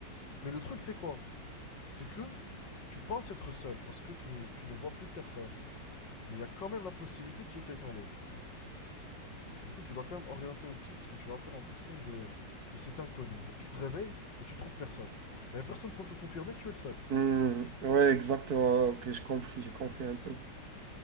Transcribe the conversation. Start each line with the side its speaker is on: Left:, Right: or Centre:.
Left: Mais le truc, c'est quoi? C'est que tu penses être seul parce que tu, ne- tu ne vois plus personne. Mais il y a quand même la possibilité qu'il y ait quelqu'un d'autre. Du coup, tu dois quand même orienter aussi ce que tu vas faire en fonction de, de cet inconnu. Genre, tu te réveilles et tu trouves personne. Mais il n'y a personne pour te confirmer que tu es le seul.
Right: Hmm. Ouais, exactement. Ok, j'ai compris, j'ai compris un peu.